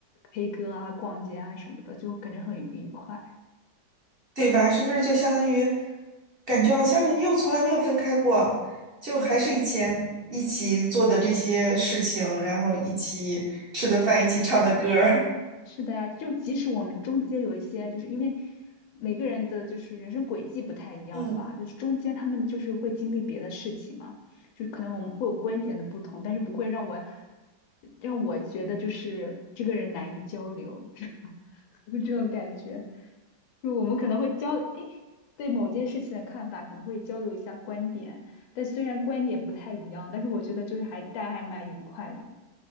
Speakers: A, on the left; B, on the right.
A: K 歌啊、逛街啊什么的，就感觉很愉快。
B: 对吧？是不是就相当于感觉好像又从来没有分开过，就还是以前一起做的这些事情，
A: 对，
B: 然后一起吃的饭，一起唱的歌儿，
A: 是的呀，就即使我们中间有一些，就是因为每个人的就是人生轨迹不太一样吧，
B: <laughs> 嗯。
A: 就是中间他们就是会经历别的事情嘛，就是可能我们会有观点的不同，但是不会让我让我觉得就是这个人难以交流，<laughs> 这这种感觉，就我们可能会交，诶，对某件事情的看法可能会交流一下观点，但虽然观点不太一样，但是我觉得就是还大家还蛮愉快的。